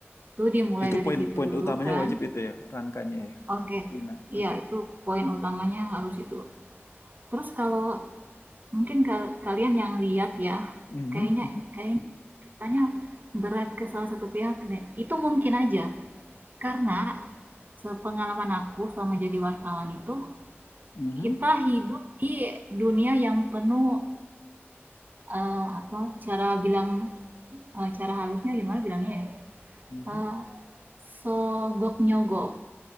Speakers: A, on the right; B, on the left.
A: Itu dimulai
B: Itu
A: dari
B: poin-poin
A: situ dulu
B: utamanya
A: kan.
B: wajib itu ya, rangkanya ya.
A: Oke.
B: Dina.
A: Iya,
B: Oke.
A: itu poin utamanya harus itu. Terus kalau mungkin kal- kalian yang lihat ya,
B: Mhm,
A: kayaknya
B: mhm,
A: kayak tanya berat ke salah satu pihak deh. Itu mungkin aja. Karena sepengalaman aku selama jadi wartawan itu,
B: mhm,
A: kita hidup di dunia yang penuh eh, apa cara bilang eh, cara halusnya gimana bilangnya ya?
B: mhm.
A: Eh, sogok nyogok.